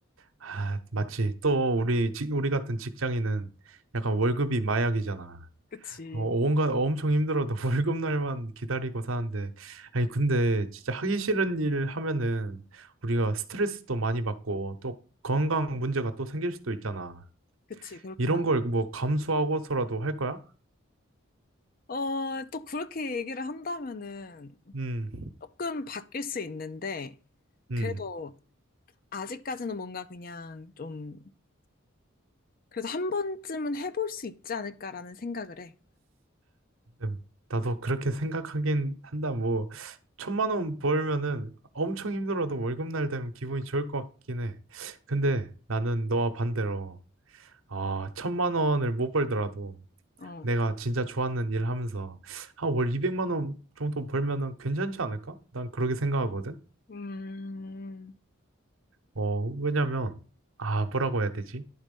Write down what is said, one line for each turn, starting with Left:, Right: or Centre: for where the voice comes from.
Right: 아, 맞지. 또 우리, 직- 우리 같은 직장인은 약간 월급이 마약이잖아.
Left: 그치.
Right: 어, 뭔가 엄청 힘들어도 <laughs> 월급 날만 기다리고 사는데, 아니, 근데 진짜 하기 싫은 일 하면은 우리가 스트레스도 많이 받고 또 건강 문제가 또 생길 수도 있잖아.
Left: 그치, 그렇긴
Right: 이런
Left: 하다.
Right: 걸 뭐 감수하고서라도 할 거야?
Left: 어, 또 그렇게 얘기를 한다면은
Right: 음,
Left: 조금 바뀔 수 있는데,
Right: 음.
Left: 그래도 아직까지는 뭔가 그냥 좀, 그래도 한 번쯤은 해볼 수 있지 않을까라는 생각을 해.
Right: 음, 나도 그렇게 생각하긴 한다. 뭐, 천만 원 벌면은 엄청 힘들어도 월급날 되면 기분이 좋을 것 같긴 해. 근데 나는 너와 반대로, 아, 천만 원을 못 벌더라도
Left: 어.
Right: 내가 진짜 좋아하는 일 하면서, 아, 월 200만 원 정도 벌면은 괜찮지 않을까? 난 그렇게 생각하거든.
Left: 음,
Right: 어, 왜냐면, 아, 뭐라고 해야 되지?